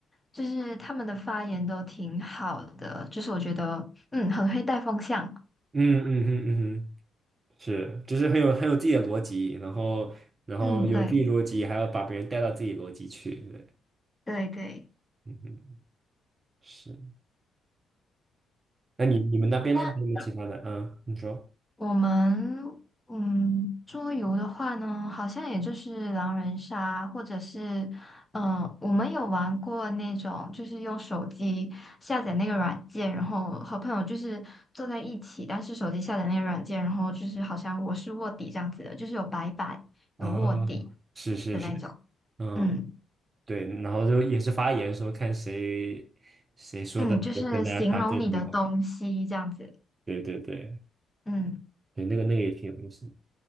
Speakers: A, on the left; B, on the right.
A: 就是他们的发言都挺好的，就是我觉得嗯很会带风向。
B: 嗯嗯嗯哼，是，就是很有很有自己的逻辑，然后然后有自己逻辑，
A: 嗯，对
B: 还要把别人带到自己逻辑去，对，
A: 对对。
B: 嗯嗯是。那你你们那边呢？
A: 那
B: 还有没有其他的？嗯，你说
A: 我们嗯，桌游的话呢，好像也就是狼人杀，或者是嗯、呃我们有玩过那种，就是用手机下载那个软件，然后和朋友就是坐在一起，但是手机下载那个软件，然后就是好像我是卧底这样子的，就是有白板有卧底
B: 啊，是是是，
A: 的那种，
B: 嗯。
A: 嗯
B: 对，然后就也是发言说看谁谁说的跟大家差最多。
A: 嗯，就是形容你的东西这样子，
B: 对对对
A: 嗯
B: 对，那个那个也挺有意思的。